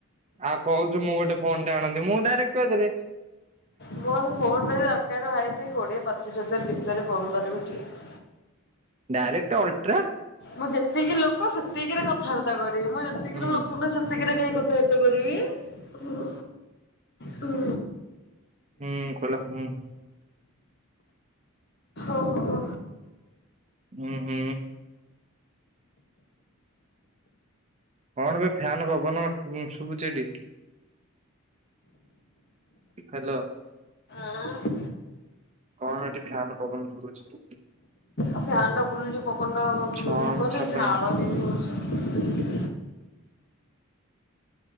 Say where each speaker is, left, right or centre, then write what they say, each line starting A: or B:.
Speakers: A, on the right; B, on the left.
A: ଆଉ କହୁଛୁ ମୁଁ ଗୋଟେ ଫୋନଟେ ଆଣନ୍ତି ମୁଁ ଡାଇରେକ୍ଟ କହିଦେଲି।
B: ମୋର ଫୋନଟେ ଦରକାର ଭାଇ ସେ କୋଡ଼ିଏ ପଚିଶ ହଜାର ଭିତରେ ଫୋନ୍ ଧରିବି ଠିକ।
A: Direct ultra.
B: ମୁଁ ଯେତିକି ଲୋକ ସେତିକିରେ କଥାବାର୍ତ୍ତା କରିବି ମୁଁ ଯେତିକିରେ
A: ହୁଁ
B: ଲୋକ ନୁହଁ ସେତିକିରେ କାଇ କଥାବାର୍ତ୍ତା କରିବି। ହଁ ହଁ।
A: ହୁଁ କହିଲା ହୁଁ।
B: ଓହୋ।
A: ହୁଁ ହୁଁ। କଣ ବେ ଫ୍ୟାନ ପବନ ଶୁଭୁଛି ଏଠି? ହ୍ୟାଲୋ।
B: ଆଁ
A: ହଁ ଏଠି ଫ୍ୟାନ ପବନ ଶୁଭୁଛି।
B: ଆ ଫ୍ୟାନ ଟା ବୁଲୁଛି ପବନ ଟା
A: ଛଅ
B: ହ-ହବନି
A: ସାତ
B: ଝାଳ
A: ମିନିଟ
B: କେମତିି ହୁଉଛି।